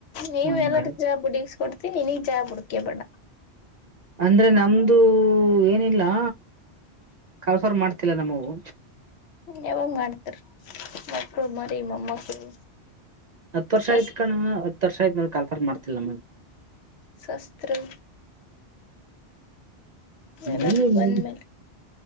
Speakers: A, on the left; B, on the right.
A: ನೀವ್
B: ಹಂಗಾಗಿ
A: ಎಲ್ಲಾರ ಜಾಬ್ ಹುಡಗಿಸ ಕೊಡತ್ತಿ ನೀನಗ ಜಾಬ್ ಹುಡುಕ ಬೇಡಾ
B: ಅಂದ್ರೆ ನಮ್ದು ಏನಿಲ್ಲಾ ಕನಪ್ರ್ ಮಾಡ್ತಿಲ್ಲ ನಮ್ಮವು
A: ಯಾವಾಗ ಮಾಡ್ತರಿ ಮಕ್ಕಳು ಮರಿ ಮೊಮ್ಮಕ್ಕಳು
B: ಹತ್ತ ವರ್ಷ
A: ಸ್ವಸ್
B: ಆಯ್ತ ಕಣ್ಣೊ ಹತ್ ವರ್ಷ ಆಯ್ ನೊಡ ಕಾಲ್ ಫಾರ್ ಮಾಡ್ತಿಲಾ ನಮಗೆ
A: ಶಸ್ತ್ರ ರೀ ಎಲ್ಲಾರ
B: ಇಲ್ಲಿ ಮ
A: ಬಂದ್ಮೇಲೆ